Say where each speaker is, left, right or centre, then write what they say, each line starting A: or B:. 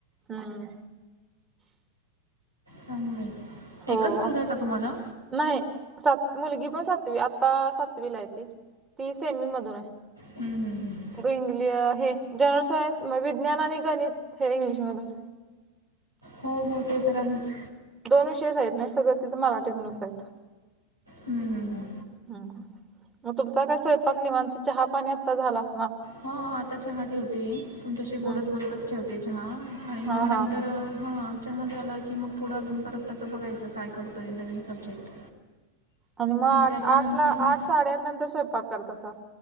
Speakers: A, on the right; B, on the right.
A: हम्म.
B: चांगलय
A: हो
B: एकच मुलगा
A: आ-
B: आहे का तुम्हाला
A: नाही सात मुलगी पण सातवी आता सातवीला आहे ती सेमीमधून हाय
B: हम्म, हम्म, हम्म.
A: <unintelligible> हे गाईड्स आहेत, मग विज्ञान आणि गणित हे इंग्लिशमधून.
B: हो हो, ते तर आहेच.
A: दोन विषयच आहेत नाही सगळं तीच मराठीतूनच आहेत.
B: हम्म हम्म.
A: हम्म हम्म, मग तुमचा काय स्वयंपाक निवांत, चहा पाणी आत्ता झाला असणार.
B: हा आता चहा ठेवते. तुमच्याशी बोलत
A: हम्म.
B: बोलतच ठेवते चहा आणि मग
A: हा
B: नंतर
A: हा हा
B: हा चहा झाला की, मग थोडा अजून परत त्याचं बघायचं काय करतोय नवीन सब्जेक्ट.
A: आणि मग आठ,
B: त्याच्यानंतर
A: आठला
B: मग
A: आठ-साडेआठ नंतर स्वयंपाक करत असाल?